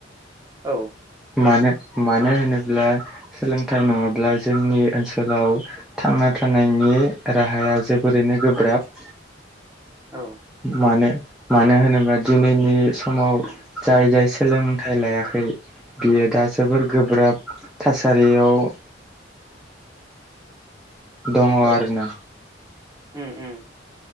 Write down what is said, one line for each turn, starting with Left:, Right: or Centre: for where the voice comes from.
Right: औ।
Centre: मानो मानो होनोब्ला। सोलोंथाइ नङाब्ला जोंनि ओनसोलाव थांना थानायनि। राहाया जोबोरैनो गोब्राब
Right: औ
Centre: मानो। मानो होनोब्ला दिनैनि समाव जाय जाय सोलोंथाइ लायाखै। बियो दा जोबोर गोब्राब थासारियाव। दङ आरोना।
Right: औ उम उम।